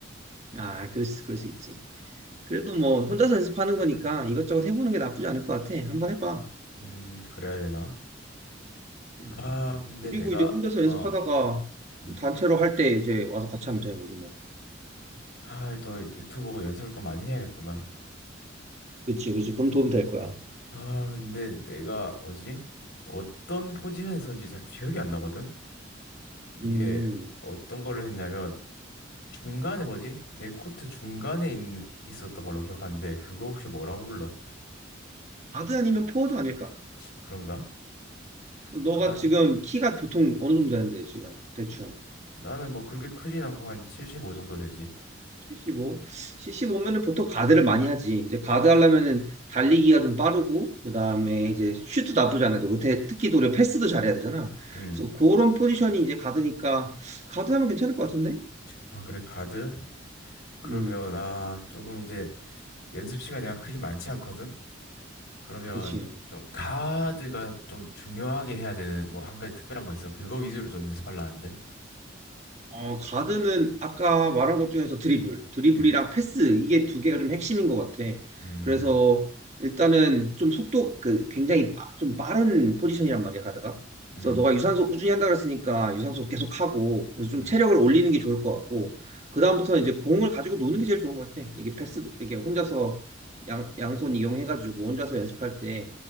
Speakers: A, on the right; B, on the left.
A: 아, 그럴 수, 그럴 수 있지. 그래도 뭐 혼자서 연습하는 거니까 이것저것 해보는 게 나쁘지 않을 것 같아. 한번 해봐.
B: 음, 그래야 되나?
A: 음.
B: 아, 근데
A: 그리고
B: 내가,
A: 이제 혼자서
B: 어,
A: 연습하다가
B: 음,
A: 단체로 할 때 이제 와서 같이 하면 되는 거지 뭐.
B: 아, 또 유튜브 보고 연습을 또 많이 해야겠구만.
A: 그치, 그치. 그럼 도움 될 거야.
B: 아, 근데 내가 뭐지? 어떤 포지션에서인지 잘 기억이 안 나거든? 이게
A: 음.
B: 어떤 걸로 했냐면 중간에 뭐지? 내 코트 중간에 있, 있었던 걸로 기억하는데 그거 혹시 뭐라고 불러?
A: 가드 아니면 포워드 아닐까?
B: 그런가? <laughs>
A: 너가
B: 가드?
A: 지금 키가 보통 어느 정도 되는데 지금 대충
B: 나는 뭐 그렇게 크진 않고 한 75 정도 되지.
A: 75? 75면은 보통 가드를 많이 하지. 이제 가드
B: 음.
A: 하려면은 달리기가 좀 빠르고 그다음에 이제 슛도 나쁘지 않아도 특히 또 우리가 패스도 잘해야 되잖아.
B: 음.
A: 그래서 그런 포지션이 이제 가드니까 가드 하면 괜찮을 것 같은데?
B: 아 그래 가드? 그러면
A: 음,
B: 아 조금 이제 연습 시간 내가 그리 많지 않거든? 그러면
A: 그치.
B: 좀 가드가 좀 중요하게 해야 되는 뭐 한 가지 특별한 거 있어? 그거 위주로 좀 연습하려 하는데.
A: 어, 가드는 아까 말한 것 중에서 드리블, 드리블이랑
B: 들.
A: 패스 이게 두 개가 좀 핵심인 것 같아.
B: 음.
A: 그래서 일단은 좀 속도 그 굉장히 빠- 좀 빠른 포지션이란 말이야 가드가.
B: 음.
A: 그래서 너가 유산소 꾸준히 한다 그랬으니까 유산소 계속 하고 그래서 좀
B: 음.
A: 체력을 올리는 게 좋을 것 같고 그 다음부터는 이제 공을 가지고 노는 게 제일 좋은 것 같아. 이게 패스도 이게 혼자서 양 양손 이용해가지고 혼자서 연습할 때